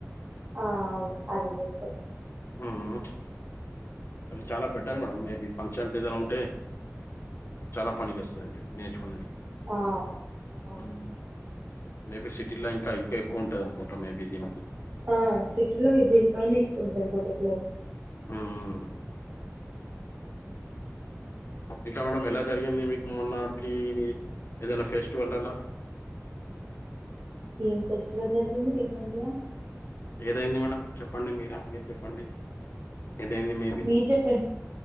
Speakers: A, on the right (about 35°); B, on the left (about 50°).
A: ఆ అవును అది చేస్తారు.
B: ఊ. వు అవి చాలా బెటర్ మేడం మేబి, ఫంక్షన్స్ ఏదైనా ఉంటే చాలా పనికి వస్తది మీరు నేర్చుకునేది.
A: ఆ అవును
B: ఊ మేబీ సిటీలో ఇంకా ఇంకా ఎక్కువ ఉంటది అనుకుంటా మేబీ దీనికి
A: ఆ సిటీలో దీనిపైనే ఎక్కువా ఉంటాది బోటిక్ లోనే
B: ఉ ఊ
A: అంత్
B: ఇంకా మేడం ఎలా జరిగింది మీకు మొన్నటి ఏదైనా ఫెస్టివల్ అల్లా
A: ఏం ఫెస్టివల్ జరిగింది రీసెంట్ గా
B: ఏదైంది మేడం చెప్పండి మీరే మీరు చెప్పండి ఇదేంది మీ
A: మీరు చెప్పండి